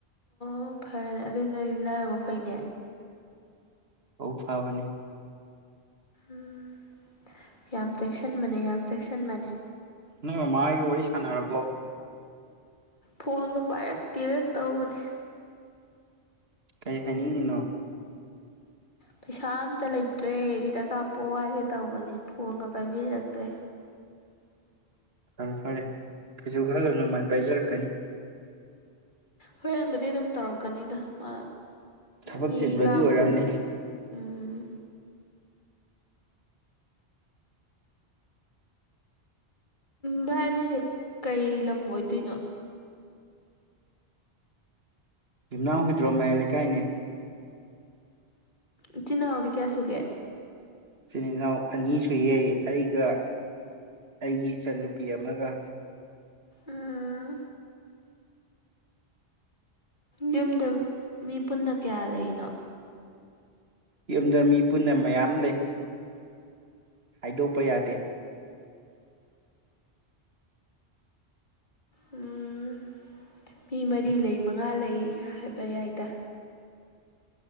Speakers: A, on the left; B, on the right.
A: ꯑꯣ ꯐꯔꯦꯅꯦ ꯑꯗꯨꯏ ꯅꯗꯤ ꯅꯥꯔꯕ ꯐꯩꯅꯦ
B: ꯑꯧ ꯐꯕꯅꯦ
A: ꯎꯝ ꯌꯥꯝ ꯆꯦꯛꯁꯟꯕꯅꯦ ꯌꯥꯝ ꯆꯦꯛꯁꯟꯕꯅꯦ
B: ꯅꫭꯏ ꯃꯃꯥ ꯍꫭꯏꯒ ꯋꯥꯔꯤ ꯁꯥꯟꯅꯔꯕꯣ
A: ꯐꯣꯟꯗꫭ ꯄꯥꯏꯔꯛꯇꯦꯗ ꯇꯧꯕꯅꯤ
B: ꯀꯩ ꯍꯥꯏꯅꯤꯡꯉꯤꯅꯣ
A: ꯄꯩꯁꯥ ꯑꯝꯇ ꯂꯩꯇ꯭ꯔꯦ ꯈꯤꯇ ꯀꯥꯞꯄꯛꯑꯣ ꯍꯥꯏꯒꯦ ꯇꯧꯕꯅꯤ ꯐꯣꯟꯒ ꯄꯥꯏꯕꯤꯔꯛꯇ꯭ꯔꯦ
B: ꯐꯔꯦ ꯐꯔꯦ ꯀꯩꯁꯨ ꯈꯜꯂꯨꯅꯨ ꯃꯥꯏ ꯄꯥꯏꯖꯔꯛꯀꯅꯤ
A: ꯍꯣꯔꯦꯟꯕꯨꯗꯤ ꯑꯗꯨꯝ ꯇꯧꯔꯛꯀꯅꯤꯗ ꯃꯥ
B: ꯊꯕꯛ
A: ꯃꯤ
B: ꯆꯤꯟꯕꯒꯤ
A: ꯂꯥꯡꯕꯗꯨꯗ
B: ꯑꯣꯏꯔꯝꯅꯤ
A: ꯎꯝ ꯚꯥꯏ ꯑꯗꯨꯗꯤ ꯀꯩ ꯂꯝ ꯑꯣꯏꯗꯣꯏꯅꯣ
B: ꯌꯨꯝꯅꯥꯝ ꯍꯨꯏꯗ꯭ꯔꯣ ꯃꯌꯥꯏ ꯂꯩꯀꯥꯏꯅꯦ꯫
A: ꯏꯆꯤꯜ ꯏꯅꯥꯎꯗꯤ ꯀꯌꯥ ꯁꯨꯒꯦ
B: ꯏꯆꯤꯟ ꯏꯅꯥꯎ ꯑꯅꯤꯁꯨ ꯌꯦꯏ ꯑꯩꯒ ꯑꯩꯒꯤ ꯏꯆꯟꯅꯨꯄꯤ ꯑꯃꯒ꯫
A: ꯎꯝ ꯌꯨꯝꯗ ꯃꯤ ꯄꯨꯟꯅ ꯀꯌꯥ ꯂꯩꯔꯤꯅꯣ
B: ꯌꯨꯝꯗ ꯃꯤ ꯄꯨꯟꯅ ꯃꯌꯥꯝ ꯂꯩ ꯍꯥꯏꯗꯣꯛꯄ ꯌꯥꯗꯦ꯫
A: ꯎꯝ ꯃꯤ ꯃꯔꯤ ꯂꯩ ꯃꯉꯥ ꯂꯩ ꯍꯥꯏꯕ ꯌꯥꯏꯗ꯫